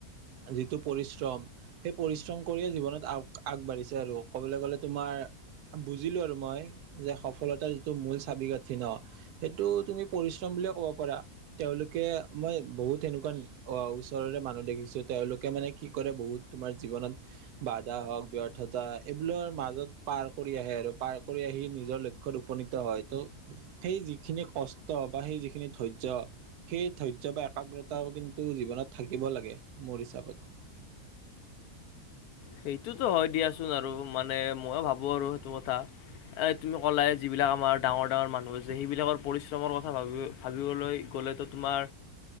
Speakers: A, on the right; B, on the left.
A: যিটো পৰিশ্ৰম সেই পৰিশ্ৰম কৰিয়ে জীৱনত আগ আগবাঢ়িছে আৰু ক'বলে গ'লে তোমাৰ বুজিলোঁ আৰু মই যে সফলতাৰ যিটো মূল চাবি-কাঠি ন' সেইটো তুমি পৰিশ্ৰম বুলিয়ে ক'ব পাৰা। তেওঁলোকে মই বহুত তেনেকুৱা ধ - অঁ, ওচৰৰে মানুহ দেখিছোঁ। তেওঁলোকে মানে, কি কৰে বহুত তোমাৰ জীৱনত বাধা হওক, ব্যৰ্থতা হওঁক এইবিলোৰ মাজত পাৰ কৰি আহে আৰু। পাৰ কৰি আহি নিজৰ ল ক্ষ্যত উপনীত হয় ত' সেই যিখিনি কষ্ট বা সেই যিখিনি ধৈৰ্য্য সেই ধৈৰ্য্য বা একাগ্ৰতা কিন্তু জীৱনত থাকিব লাগে মোৰ হিচাপত।
B: সেইটোতো হয় দিয়াচোন আৰু মানে মইও ভাবোঁ আৰু সেইটো কথা। এ তুমি ক'লাই যিবিলাক আমাৰ ডাঙৰ ডাঙৰ মানুহ আছে। সেইবিলাকৰ পৰিশ্ৰমৰ কথা ভাবি ভাবিবলৈ গ'লেতো তোমাৰ